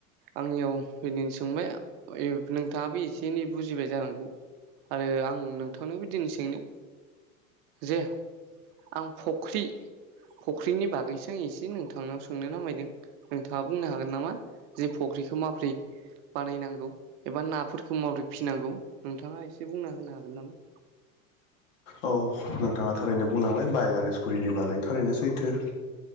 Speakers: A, on the right; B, on the left.
A: आंनियाव ओदिैनो सोंबाय नोंथाङाबो एसे एनै बुजिबाय जानांगौ आरो आं नोंथांनो बिदिनोै सोंनो जे आं फख्रि फख्रिनि बागैसो आं एसे नोंथांनाव सोंनो नामायदों। नोंथाङा बुंनो हागोन नामा जे फख्रिखौ माब्रै बानायनांगौ एबा नाफोरखौ मावदै फिनांगौ नोंथाङा एसे बुंना होनो हागोन नामा
B: औ नोंथाङा थारैनो बुंलांबाय बाइक आरो स्कुटिनि बागै थारैनो सैथो